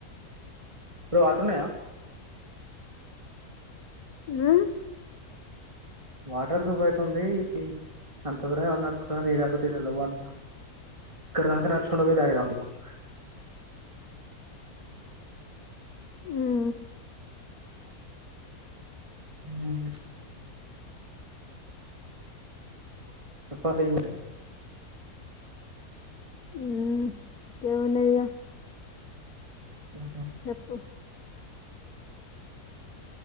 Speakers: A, on the right; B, on the left.
A: బ్రో వాటరున్నాయ
B: హ్మ్
A: వాటర్ దోబైతుంది అంత దూరం ఎవరు నడుత్తరని ఈడ అడిగితే ఈడ లెవ్వంట అక్కడిదాకా నడుచుకుంటా పోయి తాగి రావాలి ఇప్పుడు
B: ఉమ్
A: హ్మ్ చెప్పాలి ఇ
B: హ్మ్ ఏమున్నాయి ఇగ
A: అదే
B: చెప్పు